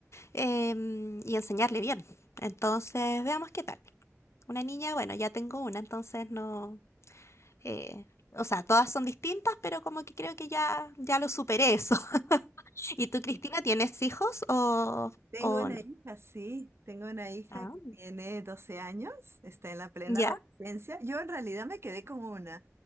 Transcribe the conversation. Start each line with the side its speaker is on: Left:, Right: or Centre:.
Left: em, y enseñarle bien, entonces veamos qué tal. Una niña, bueno, ya tengo una, entonces no... Eh, o sea, todas son distintas, pero como que creo que ya, ya lo superé eso. <laughs> ¿Y tú, Cristina, tienes hijos o,
Right: Tengo
Left: o
Right: una
Left: no?
Right: hija, sí, tengo una hija
Left: Ah,
Right: que tiene 12 años, está en la plena
Left: ya.
Right: adolescencia. Yo en realidad me quedé con una